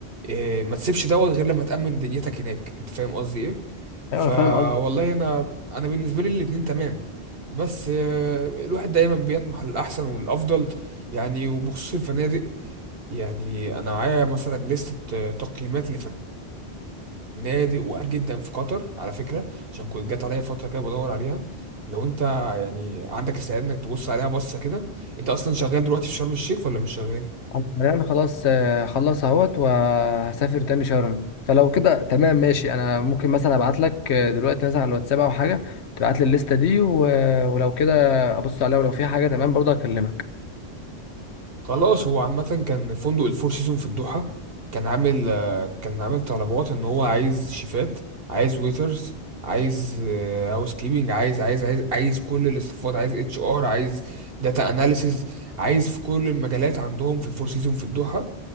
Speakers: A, on the right; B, on the left.
A: إيه ما تسيبش دوت غير لما تأمن دنيتك هناك انت فاهم قصدي ايه
B: ايوه
A: فوالله
B: انا فاهم قصدك.
A: انا انا بالنسبة لي الاتنين تمام بس آه، الواحد دايما بيطمح للأحسن والأفضل يعني وبخصوص الفنادق يعني انا معايا مثلا لستة آه، تقييمات لفنادق وقال جدا في قطر على فكرة عشان كنت جات عليا فترة كده بدور عليها لو انت يعني عندك استعداد انك تبص عليها بصة كده انت اصلا شغال دلوقتي في شرم الشيخ ولا مش شغال
B: يعني انا حاليا خلاص آه، خلص اهوت وهسافر تاني شرم فلو كده تمام ماشي انا ممكن مثلا ابعت لك آه، دلوقتي مثلا على الواتساب او حاجه تبعت لي الليسته دي و... ولو كده ابص عليها ولو في حاجه تمام برضه اكلمك
A: خلاص هو عامة كان فندق الفور سيزون في الدوحة كان عامل آه، كان عامل طلبات ان هو عايز شيفات عايز ويترز عايز هاوس كيبنج عايز عايز عايز عايز كل الاستفاضة عايز اتش ار عايز داتا اناليسز عايز في كل المجالات عندهم في الفور سيزون في الدوحة